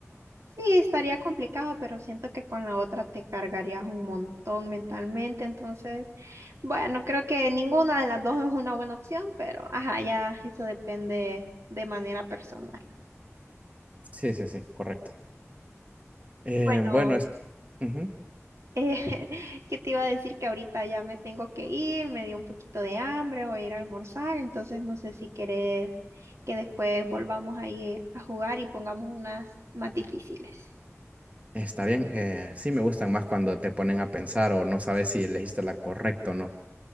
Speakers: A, on the right (about 65°); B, on the right (about 25°).
A: Sí, estaría complicado, pero siento que con la otra te cargarías un montón mentalmente. Entonces, bueno, creo que ninguna de las dos es una buena opción, pero ajá, ya eso depende de manera personal.
B: Sí, sí, sí, correcto. Eh,
A: Bueno,
B: bueno, es- ujú,
A: eh, <laughs> ¿qué te iba a decir? Que ahorita ya me tengo que ir, me dio un poquito de hambre, voy a ir a almorzar, entonces no sé si querés que después volvamos ahí a jugar y pongamos unas más difíciles.
B: está bien. eh, sí me gustan más cuando te ponen a pensar o no sabes si elegiste la correcta o no.